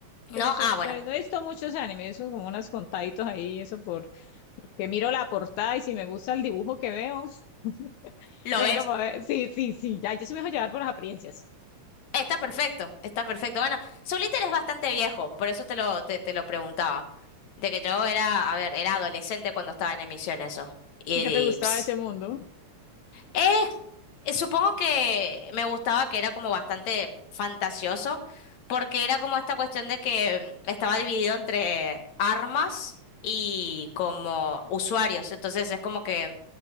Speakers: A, on the left; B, on the left.
A: ¿No?
B: Que no soy,
A: Ah, bueno.
B: no, no he visto muchos animes, son como unos contaditos ahí, eso por, porque miro la portada y si me gusta el dibujo que veo, <laughs>
A: Lo
B: venga
A: ves.
B: para ver. Sí, sí, sí, ya, yo sí me dejo llevar por las apariencias.
A: Está perfecto, está perfecto. Bueno, Soliter es bastante viejo, por eso te lo, te, te lo preguntaba. De que yo era, a ver, era adolescente cuando estaba en emisión eso. Y,
B: ¿Y qué te gustaba
A: y, ps,
B: de ese mundo?
A: eh, eh, supongo que me gustaba que era como bastante fantasioso, porque era como esta cuestión de que mm, estaba dividido entre armas y como usuarios. Entonces es como que